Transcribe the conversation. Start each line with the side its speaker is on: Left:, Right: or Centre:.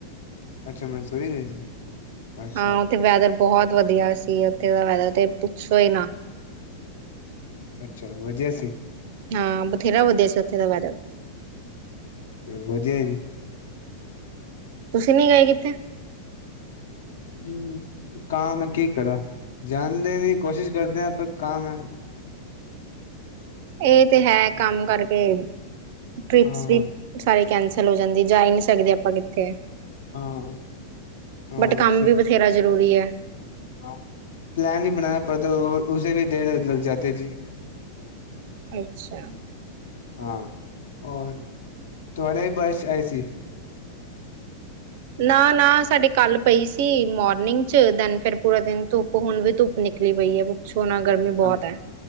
Left: ਅੱਛਾ, ਮੈਨਸੂਰੀ ਗਈ ਸੀ। ਅੱਛਾ,
Right: ਹਾਂ, ਉੱਥੇ ਵੈਦਰ ਬਹੁਤ ਵਧੀਆ ਸੀ, ਉੱਥੇ ਦਾ ਵੈਦਰ ਤੇ ਪੁੱਛੋ ਹੀ ਨਾ।
Left: ਅੱਛਾ, ਵਧੀਆ ਸੀ।
Right: ਹਾਂ, ਬਥੇਰਾ ਵਧੀਆ ਸੀ, ਉੱਥੇ ਦਾ ਵੈਦਰ,
Left: ਵਧੀਆ ਜੀ।
Right: ਤੁਸੀਂ, ਨੀ ਗਏ ਕਿਤੇ,
Left: ਹੂੰ, ਕਾਮ ਐ, ਕੀ ਕਰਾ ਜਾਂਦੇ ਨੀ ਕੋਸ਼ਿਸ਼ ਕਰਦੇ ਆ ਕਾਮ ਐ।
Right: ਇਹ ਤੇ ਹੈ, ਕੰਮ ਕਰਕੇ, ਟ੍ਰਿਪ
Left: ਹਾਂ,
Right: ਵੀ ਸਾਰੇ ਕੈਂਸਲ। ਹੋ ਜਾਂਦੀ ਆ ਜਾ ਹੀ ਨਹੀਂ ਸਕਦੇ, ਆਪਾਂ ਕਿੱਥੇ
Left: ਹਾਂ। ਹਾਂ
Right: ਬਟ ਕੰਮ ਵੀ ਬਥੇਰਾ ਜ਼ਰੂਰੀ ਐ।
Left: ਹਾਂ, ਪਲੈਨ ਹੀ ਬਣਾਇਆ ਉਸੀ ਵਿੱਚ ਦੇਰ ਲਗ ਜਾਦੇ ਜੀ। <inaudible>
Right: ਅੱਛਾ,
Left: ਹਾਂ, ਥੋੜੇ ਬਾਰਸ਼ ਆਈ ਸੀ।
Right: ਨਾ ਨਾ ਸਾਡੇ ਕੱਲ ਪਈ ਸੀ। ਮੋਰਨਿੰਗ ਚ ਦੈਨ, ਫਿਰ ਪੂਰਾ ਦਿਨ ਧੁੱਪ। ਹੁਣ ਵੀ ਧੁੱਪ, ਨਿਕਲੀ ਪਈ ਐ। ਪੁੱਛੋ ਨਾ ਗਰਮੀ ਬਹੁਤ
Left: ਅ
Right: ਐ,